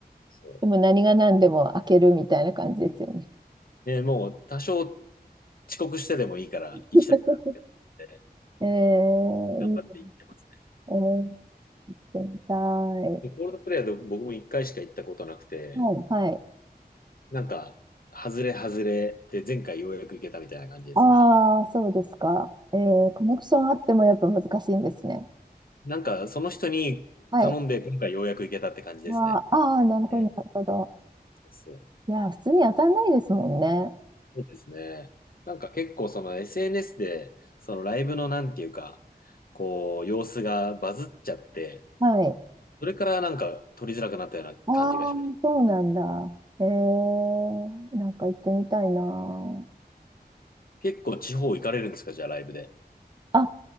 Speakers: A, on the left (about 60°); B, on the right (about 25°).
A: そう。
B: でも何が何でも開けるみたいな感じですよね。
A: ね、もう多少遅刻してでもいいから行きたいなって思って
B: <laughs> えー、
A: 頑張って行ってますね。
B: いいですね。行ってみたい。
A: でコールドプレイヤーで僕も1回しか行ったことなくて、
B: はい、はい。
A: なんか、外れ外れで前回ようやく行けたみたいな感じですね。
B: ああ、そうですか。えー、コネクションあってもやっぱ難しいんですね。
A: なんか、その人に頼んで、
B: はい。
A: 今回ようやく行けたって感じですね。
B: ああ、あーなるほど、
A: ええ、
B: なるほど。
A: そう、
B: いや、普通に当たんないですもんね。
A: そうですね。なんか結構その SNS で、そのライブのなんていうか、こう、様子がバズっちゃって、
B: はい。
A: それからなんか撮りづらくなったような感じがします。
B: ああ、そうなんだ。えー、なんか行ってみたいな。
A: 結構地方行かれるんですか、じゃあライブで。
B: あ、